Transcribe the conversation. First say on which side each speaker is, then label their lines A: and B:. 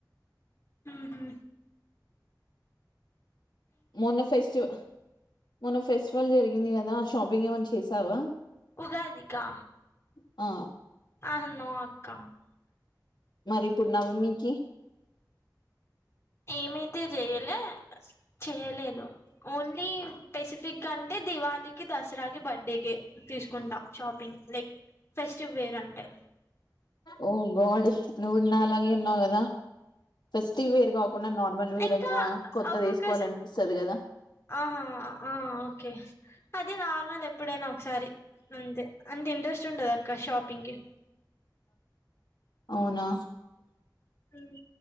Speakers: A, on the left; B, on the left.
A: ఊహూ
B: మొన్న ఫెస్ట్ మొన ఫెస్టివల్ జరిగింది కదా షాపింగ్ ఏమన్నా చేసావా
A: ఉగాదికా
B: ఆ
A: ఆహా నో అక్క
B: మరి ఇప్పుడు నవమికి
A: ఏమైతే చేయలే చేయలేదు ఓన్లీ పెసిఫిగ్గా అంటే దివాళికి దసరాకి బర్త్డేకె తీసుకుంటాం షాపింగ్ లైక్ ఫెస్టివ్ వేర్ అంటే
B: ఓ గాడ్ నువ్వు నాలాగే ఉన్నావు కదా ఫెస్టివ్ వేర్ కాకుండా నార్మల్ వేర్
A: ఇంకా
B: అయినా కొత్తది
A: ఒక్కొక్క
B: వేసుకోవాలనిపిస్తది కదా
A: ఆహా ఆ ఓకే అదే నార్మల్ ఎప్పుడేనా ఒక్క సారి అంతే అంత ఇంట్రెస్ట్ చుంటదక్క షాపింగ్ కి
B: అవునా
A: హు